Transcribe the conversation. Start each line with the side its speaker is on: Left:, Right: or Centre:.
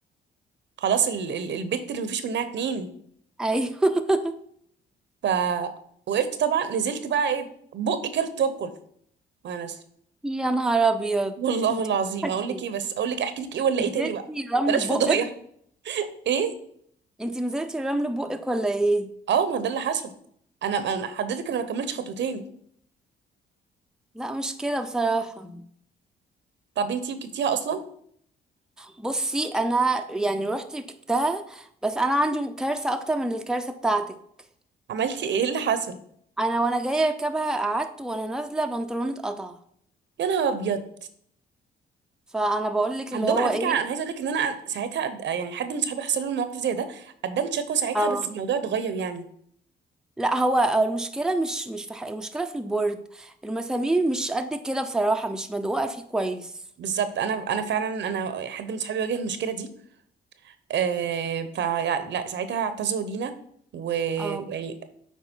Right: خلاص ال ال البت اللي مفيش منها اتنين
Centre: ايوه <laughs>
Right: فوقفت طبعا نزلت بقى ايه بقي كارت التواب كله وانا نازله
Centre: يا نهار ابيض
Right: <laughs> والله
Centre: انت
Right: العظيم
Centre: وقعتي
Right: اقول لك ايه بس اقول لك احكي لك ايه ولا
Centre: نزلتي
Right: ايه تاني بقى
Centre: الرمل
Right: بلاش
Centre: ببقك
Right: فضايح <laughs> ايه
Centre: انتي نزلتي الرمل ببقك ولا ايه
Right: اه ما ده اللي حصل انا انا حضرتك انا ما كملتش خطوتين
Centre: لا مش كده بصراحة
Right: طب انتي وكبتيها اصلا
Centre: بصي انا يعني رحت ركبتها بس انا عندي كارثة اكتر من الكارثة بتاعتك
Right: عملتي ايه اللي حصل
Centre: انا وانا جاية اركبها قعدت وانا نازلة بنطلوني اتقطع
Right: يا نهار ابيض
Centre: فانا بقولك
Right: عندهم
Centre: اللي هو
Right: على
Centre: ايه
Right: فكره انا عايزه اقول لك ان انا ساعتها قد- يعني حد من صحابي حصل له الموقف زي ده قدمت شكوى ساعتها
Centre: اه
Right: بس الموضوع اتغير يعني
Centre: لا هو هو المشكلة مش مش في حق المشكلة في البورد المسامير مش قد كده بصراحة مش مدقوقة فيه كويس
Right: بالظبط انا انا فعلا انا حد من صحابي واجه المشكله دي آه ف لا ساعتها اعتذروا لينا ويعني
Centre: اه